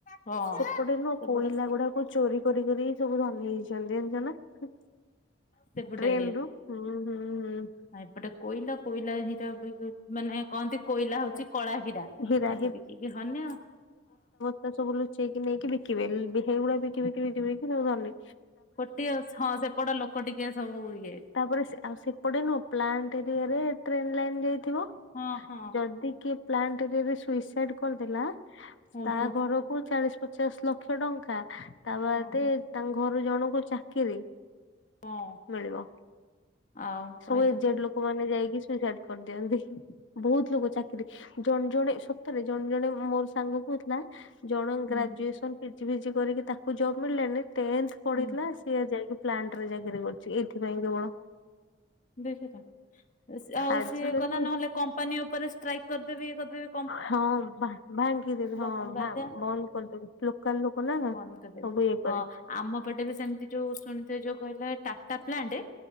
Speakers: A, on the left; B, on the left.
A: ହଁ
B: ସେପଟେ ନୁହଁ,
A: ସେପଟେ
B: କୋଇଲା ଗୁଡାକ ଚୋରି କରି କରି ସବୁ ଧନୀ ହେଇ <unintelligible> ଟ୍ରେନ୍
A: ସେପଟେ
B: ରୁ ହୁଁ, ହୁଁ, ହୁଁ।
A: ହଁ ଏପଟେ କୋଇଲା କୋଇଲା <unintelligible> ମାନେ କହନ୍ତି କୋଇଲା ହଉଚି
B: ହୁଁ
A: କଳା ହିରା,
B: ହୀରା
A: ତାକୁ ବିକିକି <unintelligible> ହଁ।
B: ତା ସବୁ ଲୁଚେଇକି ନେଇକି ବିକିବେ। ହେଇଗୁଡା ବିକି ବିକି ବିକି ବିକି ସବୁ ଧନୀ।
A: ଗୋଟିଏ ହଁ ସେପଟ ଲୋକ ଟିକେ ସବୁ ଇଏ।
B: ତାପରେ ସେ ଆଉ ସେପଟେ ନୁହଁ ପ୍ଲାଣ୍ଟ ଏରିଆରେ ଟ୍ରେନ ଲାଇନ ଯାଇଥିବ।
A: ହଁ ହଁ
B: ଯଦି କିଏ ପ୍ଲାଣ୍ଟ ଏରିଆରେ ସୁଇସାଇଡ୍ କରିଦେଲା
A: ଓହୋ
B: ତା ଘରକୁ ଚାଳିଶ୍ ପଚାଶ ଲକ୍ଷ ଟଙ୍କା, ତା ବାଦେ
A: ଓ ହୋ
B: ତାଙ୍କ ଘରୁ ଜଣଙ୍କୁ ଚାକିରି।
A: ହଁ
B: ମିଳିବ
A: ଆଉ
B: ସବୁ
A: କହିଲା
B: ଏକ୍ ଜାଟ୍ ଲୋକ ଲୋକ ମାନେ ଯାଇକି ସୁଇସାଇଡ୍‌ କରିଦିଅନ୍ତି ବହୁତ୍ ଲୋକ ଚାକିରି ଜଣେ ଜଣେ ସତରେ ଜଣେ ଜଣେ ମୋର ସାଙ୍ଗ କହୁଥିଲା ଜଣେ
A: ହୁଁ
B: ଗ୍ରାଜୁଏସନ ପିଜି ଫିଜି କରିକି ତାକୁ ଜବ୍ ମିଳିଲାନି ଟେନ୍ଥ ପଢିଥିଲା
A: ହୁଁ
B: ସେ ଯାଇକି ପ୍ଲାଣ୍ଟ ରେ ଚାକିରି କରୁଛି ଏଇଥିପାଇଁ କେବଳ
A: ଦେଖିଲ ଆଉ
B: ଆଜିକାଲି
A: ସିଏ କଲା ନହେଲେ କମ୍ପାନୀ ଉପରେ ଷ୍ଟ୍ରାଇକ୍ କରିଦେବି ଇଏ କରିଦେବି
B: ହଁ ଭା ଭାଙ୍ଗିଦେବେ ହଁ
A: ପାଇଁ ବାଧ୍ୟ
B: ଭା ବନ୍ଦ କରିଦେବେ ଲୋକାଲ ଲୋ କୁନାନା
A: ବନ୍ଦ
B: ସବୁ
A: କରିଦେବି।
B: ଇଏ
A: ହଁ
B: କରେ।
A: ଆମ ପଟେ ବି ସେମିତି ଯୋଉ ଶୁଣିଥିବେ ଯୋଉ କହିଲେ ଟାଟା ପ୍ଲାଣ୍ଟେ